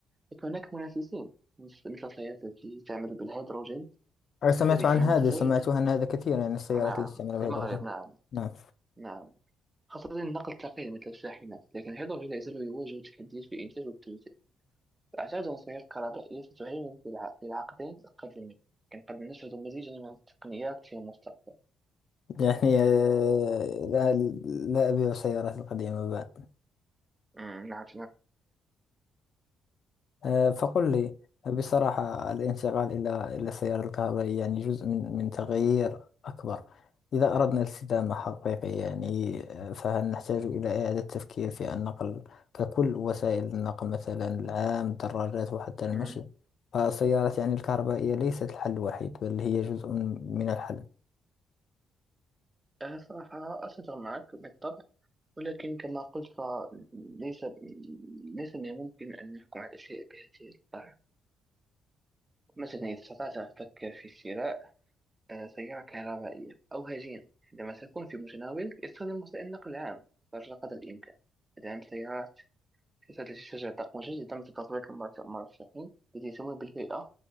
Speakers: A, on the right; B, on the left.
A: لكن هناك منافسين مثل مثل السيارات التي تعمل بالهيدروجين
B: أنا سمعت
A: تحتوي
B: عن
A: فيها
B: هذا
A: متزايد
B: سمعت عن هذا كثيرا يعني السيارات
A: نعم
B: اللي تستعمل
A: في
B: بهيدروجين
A: المغرب نعم
B: نعم
A: نعم خاصة النقل الثقيل مثل الشاحنات لكن الهيدروجين لا يزال يواجه تحديات في الإنتاج والتوزيع أعتقد أن السيارات الكهربائية ستهيمن في الع... في العقدين القادمين لكن قد نشهد مزيجا من التقنيات في المستقبل
B: يعني آه، لا لا أبيع السيارات القديمة بعد
A: أمم، نعم
B: آه، فقل لي بصراحة الانتقال إلى إلى السيارة الكهربائية يعني جزء من من تغيير أكبر إذا أردنا الاستدامة حقيقية يعني آه، فهل نحتاج إلى إعادة التفكير في النقل ككل وسائل النقل مثلا العام الدراجات وحتى المشي
A: نعم
B: فالسيارات يعني الكهربائية ليست الحل الوحيد بل هي جزء من الحل
A: أنا صراحة أتفق معك بالطبع ولكن كما قلت فليس ليس من الممكن أن نحكم على الأشياء بهذه الطريقة مثلا إذا استطعت أن تفكر في شراء آه، سيارة كهربائية أو هجينة عندما تكون في متناولك استخدم وسائل النقل العام قدر قدر الإمكان دعم السيارات سياسات التي تشجع طاقة مجددة مثل تطوير المرت- المرشحين التي تمول بالبيئة